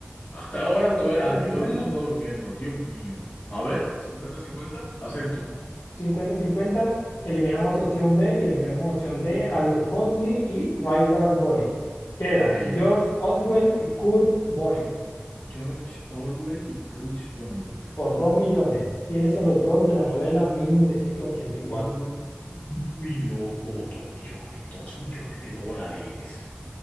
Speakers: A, on the left; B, on the left.
A: Hasta ahora
B: ¿Quieres el
A: to-
B: 50-50?
A: a- todo el mundo está durmiendo. Dios mío. A ver, cincuenta cincuenta acepto.
B: Bueno, cincuenta 50 Eliminamos opción B y eliminamos opción D. Aldous Huxley y Ray Bradbury. Queda
A: Ok.
B: George Orwell y Kurt Vonnegut
A: George Orwell y Crutch Vonnegut.
B: por dos millones. ¿Quién es el autor de la novela 1984?
A: Uy, loco, dos millones, dos millones de dólares.